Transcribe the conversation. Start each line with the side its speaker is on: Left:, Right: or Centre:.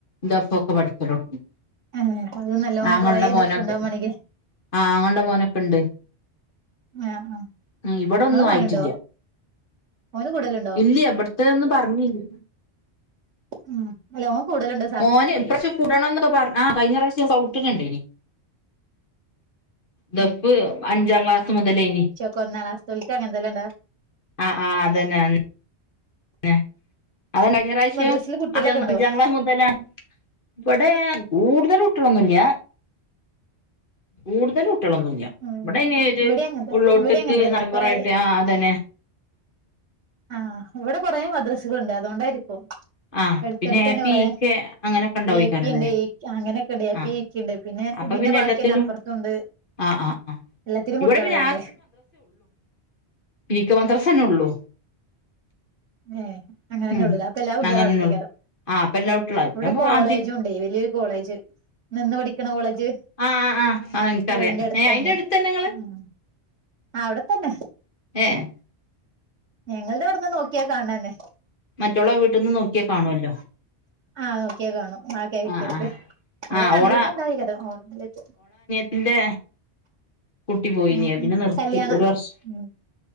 Left: ദഫ്ഒക്കെ പഠിക്കലോടങ്ങി
Right: ഏഹ് അത് നല്ലോം
Left: ആങ്ങളന്റെ
Right: കൊറേ
Left: മോനൊക്കെ
Right: ദഫ് ഉണ്ടാവും മാണെങ്കി
Left: ആഹ് ആങ്ങളന്റെ മോനൊക്കെ ഉണ്ട്
Right: ആഹ് ആഹ്
Left: ഉ ഇവിടോന്നും
Right: ഇങ്ങളെ മോനുണ്ടോ
Left: ആയിട്ടില്ല
Right: ഓന് കൂടലുണ്ടോ
Left: ഇല്ല്യ എവിടത്തെതോന്ന് പറഞ്ഞില്ല
Right: ഉം അല്ല ഓൻ കൂടലുണ്ട്
Left: മോന് ഇപ്രാശ്യോ കൂടണംന്നൊക്കെ പറഞ് ആ കഴിഞ്ഞ പ്രാവശ്യോം സ്കൗട്ടിനിണ്ടേനി ദഫ്
Right: ഉം
Left: അഞ്ചാക്ലാസ് മുതലെനി
Right: കൊറഞ്ഞ ക്ലാസ്സ്‌തോൽക് അങ്ങൻതല്ലെ ഇണ്ടാവാ
Left: അഹ് ആഹ് അതന്നെ അൻ തന്നെ അതന്നെ കഴഞ്ഞറാശ്യം
Right: മദ്രസില് കുട്ടികളൊക്കെ
Left: അഞ്ചാ
Right: ഇണ്ടോ
Left: അഞ്ചാം ക്ലാസ് മുതലേ- ഇവിടെ കൂടുതൽ കുട്യോളൊന്നുല്ല്യ
Right: ഉം
Left: കൂടുതൽ ട്ടിയാളോന്നുല്ല
Right: ഉം
Left: ഇവിടെ അയിന്
Right: ഇവിടിം അങ്ങൻത്തെ
Left: ഉള്ളോട്ട്ക്ക്
Right: ഇവിടിം അങ്ങൻ തന്നെ
Left: നമ്പുറായിട്ട്
Right: കൊറേ
Left: ആഹ് അതന്നെ
Right: ആഹ്. ഇവിടെ കുറേ മദ്രസുകളുണ്ട്, അതോണ്ടായിരിക്കും
Left: ആഹ്
Right: അടുത്തടുത്തന്നെ
Left: പിന്നെ എ പി
Right: കൊറെ
Left: ഇ കെ അങ്ങനെയൊക്കെ ഉണ്ടാവോയ്ക്കാരല്ലേ
Right: ഏ പി ഉണ്ട് ഈക് അങ്ങനെയൊക്കെണ്ട് ഏ
Left: ആഹ്
Right: പി ഈ ക് ക്കേണ്ട് പിന്നെ
Left: അപ്പൊ
Right: ഇതിന്റെ
Left: പിന്നെ
Right: ബാക്കിന്നെ
Left: എല്ലാത്തിലും
Right: അപ്പറത്തുണ്ട്
Left: ആഹ് ആഹ് ആഹ്
Right: എല്ലത്തിനും
Left: ഇവിടെ
Right: കുട്ടിയളെ
Left: പിന്നെ
Right: വാണ്ടേ
Left: ഈ ക്കേ മദ്രസന്നെ ഉള്ളൂ
Right: ഏ അങ്ങനെന്നെ
Left: ഉം
Right: ഒള്ളൂ അപ്പൊ എല്ലാ കുട്ടികള
Left: അങ്ങനെന്നെള്ളു
Right: അവ്ടെക്കേക്കാരം
Left: ആഹ് അപ്പൊ എല്ലാവട്ടുള്ള പിന്നെപ്പോ
Right: ഇവിടെ കോളേജും
Left: അധി
Right: ഇണ്ടേ വലിയഒരു കോളേജ് നിന്ന് പഠിക്കണ കോളേജ്-
Left: ആഹ് ആഹ് ആഹ് എനിക്കറിയാം
Right: വീടിന്റെട്ത്തന്നെ,
Left: ഏഹ് അയിന്റെ അടുത്തന്നെ ഇങ്ങള്
Right: ഉം ആ അവിടെത്തന്നെ
Left: ഏഹ്
Right: ഞങ്ങളുടെ ഇവിടന്ന് നോക്കിയാ കാണ്നന്നേ
Left: മറ്റൊളെ വീട്ടിന്ന് നോക്കിയാ കാണുവല്ലോ
Right: ആഹ് നോക്കിയാ കാണും ആ കേറ്റത്ത്
Left: ആഹ് ആഹ്
Right: നിങ്ങൾ
Left: ആഹ്
Right: കണ്ടിട്ടുണ്ടായ്ക്കത്
Left: ഓള
Right: <unintelligible>
Left: ന്റെ കുട്ടി പോയിനീ
Right: ഉം
Left: പിന്നെ
Right: ഉം
Left: നിർത്തി
Right: കല്യാണ
Left: ഒരു വർഷം
Right: ഉം